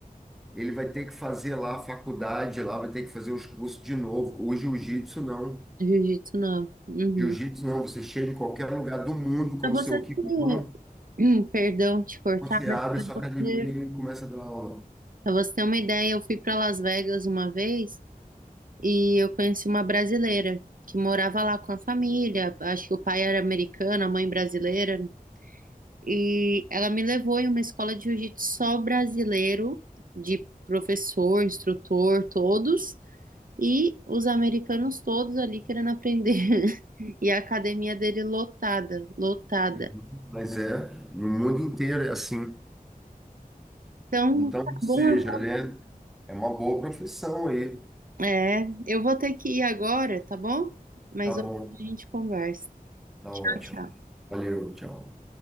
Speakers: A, in the centre; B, on the right.
A: ele vai ter que fazer lá a faculdade, lá vai ter que fazer os cursos de novo. O jiu-jitsu não.
B: Jiu-jitsu não. Uhum.
A: Jiu-jitsu não, você chega em qualquer lugar do mundo com
B: Pra você
A: o seu
B: ter,
A: kimono,
B: Hum, perdão te cortar,
A: você
B: mas
A: abre
B: pra
A: sua
B: você,
A: academia e começa a dar aula.
B: pra você ter uma ideia, eu fui pra Las Vegas uma vez e eu conheci uma brasileira que morava lá com a família. Acho que o pai era americano, a mãe brasileira. E ela me levou em uma escola de jiu-jitsu só brasileiro, de professor, instrutor, todos. E os americanos todos ali querendo aprender. <laughs> E a academia dele lotada, lotada.
A: Uhum. Mas é, no mundo inteiro é assim.
B: Então,
A: Então,
B: tá
A: ou seja,
B: bom, eu vou...
A: né? É uma boa profissão aí.
B: É, eu vou ter que ir agora, tá bom? Mas
A: Tá bom,
B: outra a gente conversa.
A: tá
B: Tchau,
A: ótimo.
B: tchau.
A: Valeu, tchau.